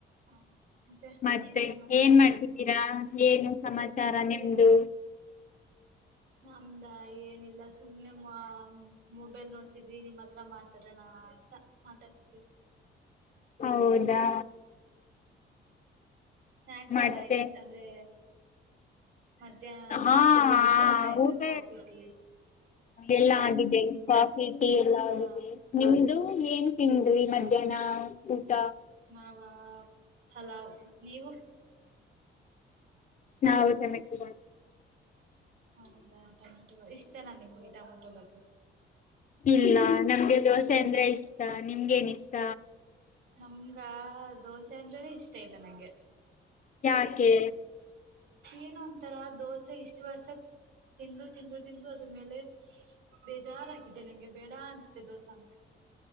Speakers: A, on the right; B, on the left.
A: ಹ
B: ಮತ್ತೆ
A: ಏನ್ ಸಮಾಚಾರ
B: ಏನ್ ಮಾಡ್ತಿದ್ದೀರಾ ಏನು ಸಮಾಚಾರ ನಿಮ್ದು
A: ಏ
B: <inaudible>
A: ನಮ್ದ ಏನಿಲ್ಲ ಸುಮ್ನೆ ಮೊಬೈಲ್ ನೋಡ್ತಿದ್ವಿ ನಿಮ್ಮ ಹತ್ರ ಮಾತಾಡೋಣ ತಾ ಮಾತಾಡ್ತ
B: ಹೌದಾ
A: ಸ್ನಾಯಕ್ಸ್
B: ಮತ್ತೆ
A: ಎಲ್ಲ ಆಯ್ತು ಅಂದ್ರೆ ಮಧ್ಯಾಹ್ನ
B: ಹಾ
A: ಸಂಜೆ ಎಲ್ಲ ಆಯ್ತಾ
B: ಊಟ
A: ಕಾಫಿ ಟೀ
B: ಎಲ್ಲ ಆಗಿದ್ದೇವೆ ಚೀಟಿ ಎಲ್ಲ
A: ಹಾ
B: ನಿಮ್ದು ಏನ್ ತಿಂದ್ವಿ ಮಧ್ಯಾಹ್ನ ಊಟ
A: ನಾವ ಹಲೋ ನೀವು
B: ಹಾ ಹೌ ತಮ ಕ
A: ಹೌದಾ ಟೊಮೆಟೊ ಇಷ್ಟೇನಾ ನಿಮ್ಗೆ ಟಮೆಟೊ ಬತು
B: ಇಲ್ಲ ನಮ್ಗೆ ದೋಸೆ ಅಂದ್ರೆ ಇಷ್ಟ ನಿಮ್ಗೆೇನ್ ಇಷ್ಟ
A: ನಮ್ಗ ದೋಸೆ ಅಂದ್ರನ ಇಷ್ಟ ಇಲ್ಲ ನಂಗೆ
B: ಯಾಕೆ
A: ಏನ ಒಥರ ದೋಸೆ ಇಷ್ಟ ವರ್ಷ ತಿಂದು ತಿಂದು ತಿಂದು ಅದ್ರ ಮೇಲೆ ಬೇಜಾರಾಗಿದೆ ನಂಗೆ ಬೇಡ ಅನ್ಸುತ್ತೆ ದೋಸೆ ಅಂದ್ರೆ